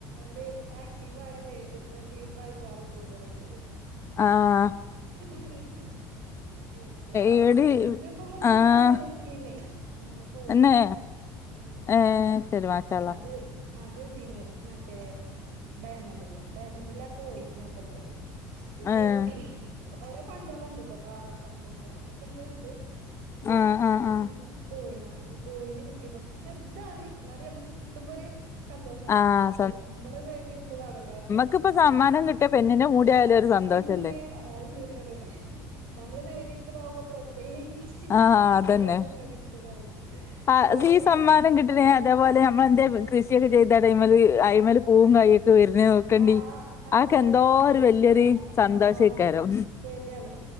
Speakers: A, on the right; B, on the left.
A: ഒര് ആക്റ്റീവായ ലേ ഏഹ് ലീഡറായി മാറും തോന്ന്ണ് ണ്ട്.
B: ആഹ്
A: <inaudible> എത്രയോ ആൾക്കാര്ത്
B: ഈട്
A: ഇൻക്കിപ്പോ മൂന്ന്
B: ആഹ്
A: കോയിന് കി കിട്ടീല്ലേ മൂന്ന് കോയിന്
B: എന്നേ
A: കിട്ടി. ഹ്മ്മ്
B: ഏഹ് ശരി മാഷാ അല്ലാഹ്
A: അത് അത് ഇതീന്ന് മറ്റേ ഡയമണ്ട്ന്ന് ഡയമണ്ടിലാ ആ കോയിനൊക്കെ ഉള്ളത് മറ്റേല്
B: ഏഹ്
A: ഓരോ ഫണ്ടേള്ണ്ട്ട്ടോ കാറ് ഫണ്ട് ഇണ്ട് അങ്ങനെയൊക്കെല്ലേണ്ട്. പക്ഷെ
B: ആഹ്
A: ഇത്
B: ആഹ് ആഹ്
A: ഹ്മ്മ് കോയിനാണ്. കോയിന് കിട്ടി ഫസ്റ്റ്, ചെറുതാണ് ഇന്നാലും നമുക്ക് കിട്ടുമ്പോര് സന്തോഷാണല്ലോ.
B: ആഹ്
A: നമ്മക്ക് നമ്മള് നേടിയെടുത്തതാണല്ലോ അതൊ
B: ക്ക്പ്പം സമ്മാനം കിട്ടിയെ പെന്നിന്റെ മൂടി ആയാലും ഒരു സന്തോഷല്ലേ
A: ഇന്നെ അത് ശരിയാണ്. നമ്മള് നേടിയെടുത്തതാവുമ്പോ പ്രെ തേച്ച്
B: ആഹ്
A: കഷ്ടപ്പെട്ട
B: അതന്നെ
A: നാടിടുത്തതാവുമ്പോ
B: ആഹ്
A: വീട്ടിലിരുന്ന്
B: ഈ സമ്മാനം അതേപോലെ നമ്മളെ എന്തേ കൃഷിയൊക്കെ ചെയ്ത് ടൈമില് അയിമല് പൂവും കായ് ഒക്കെ വരുന്നത ക്കണ്ടി
A: ആഹ് ആഹ് ആഹ്
B: ആ
A: അതെ
B: ഒക്കെ എന്തോ
A: അതെ
B: ഒരു വല്യയൊരു
A: ആഹ്
B: സന്തോഷയ്ക്കാരം
A: ആഹ് ആഹ് ശരിയാണ്